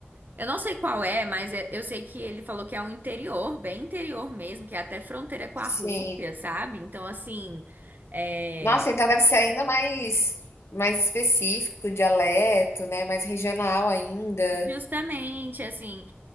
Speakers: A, on the right (about 45°); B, on the left (about 85°).
A: Eu não sei qual é, mas é- eu sei que ele falou que é um interior, bem interior mesmo, que é até fronteira com a Rússia,
B: Sim.
A: sabe? Então, assim, é,
B: Nossa, então deve ser ainda mais, mais específico, dialeto, né? Mais regional ainda.
A: justamente assim.